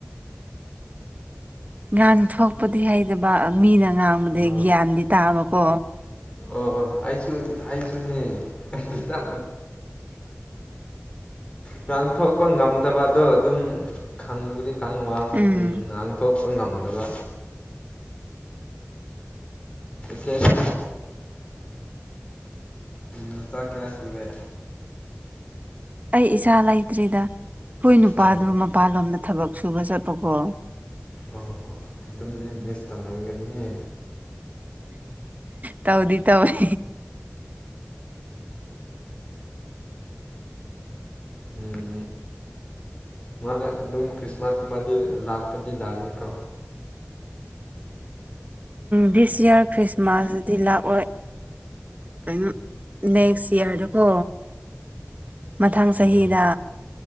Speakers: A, on the right (about 35°); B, on the left (about 25°).
A: ꯉꯥꯡ ꯊꯣꯛꯄꯗꯤ ꯍꯩꯇꯕ ꯃꯤꯅ ꯑꯉꯥꯡꯕꯗꯤ
B: ꯑꯣ
A: ꯒ꯭ꯌꯥꯟꯗꯤ ꯇꯥꯕꯀꯣ
B: ꯑꯣ ꯑꯩꯁꯨ ꯑꯩꯁꯨꯅꯦ ꯆ ꯉꯥꯡꯊꯣꯛꯄ ꯉꯝ ꯐꯠꯇꯕꯗꯣ ꯑꯗꯨꯝ ꯈꯪꯕꯨꯗꯤ ꯈꯪ ꯋꯥ
A: ꯎꯝ
B: ꯉꯥꯡꯊꯣꯛ ꯉꯝꯗꯕ ꯁꯆꯦ ꯅꯨꯆꯥ ꯀꯌꯥ ꯁꯨꯔꯦ
A: ꯑꯩ ꯏꯆꯥ ꯂꯩꯇ꯭ꯔꯤꯗ ꯍꯣꯏ ꯅꯨꯄꯥꯗꯨ
B: ꯑꯣ ꯑꯣ
A: ꯃꯄꯜꯂꯣꯝꯗ ꯊꯕꯛ ꯁꯨꯚꯦꯁꯥ ꯄꯣꯛꯀꯣ
B: ꯑꯣ ꯑꯗꯨꯝꯗꯤ ꯃꯤꯁ ꯇꯧꯔꯝꯒꯅꯤ
A: ꯇꯧꯗꯤ ꯇꯧꯏ
B: ꯎꯝ ꯃꯥ ꯑꯗꯨꯝ ꯈ꯭ꯔꯤꯁꯃꯥꯁꯀꯨꯝꯕꯗꯤ ꯂꯥꯛꯄꯗꯤ ꯂꯥꯛꯏꯦꯀꯣ
A: ꯗꯤꯁ ꯏꯌꯥꯔ ꯈ꯭ꯔꯤꯁꯃꯥꯁꯗꯤ ꯂꯥꯛꯑꯣꯏ ꯀꯩꯅꯣ ꯅꯦꯛꯁ ꯏꯌꯥꯔꯗꯨꯀꯣ ꯃꯊꯪ ꯆꯍꯤꯗ
B: ꯑꯣ